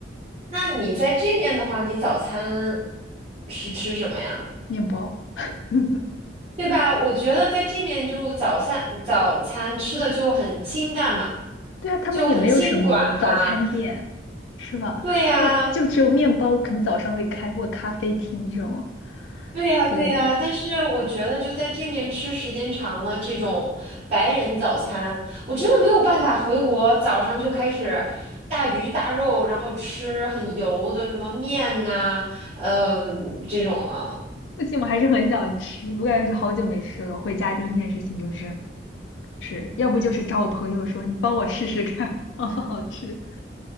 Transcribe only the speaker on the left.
面包。<laughs>
对啊，他们也没有什么早餐店，
是吧？
他们就只有面包，可能早上会开或咖啡厅这种。
对，
不行，我还是很想吃，我感觉就好久没吃了。回家第一件事情就是吃，要不就是找我朋友说你帮我试试看 <laughs> 好不好吃。